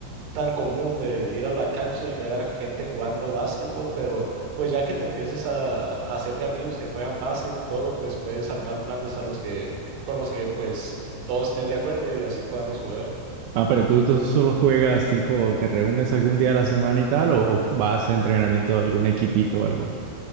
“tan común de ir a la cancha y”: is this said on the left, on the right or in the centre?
Right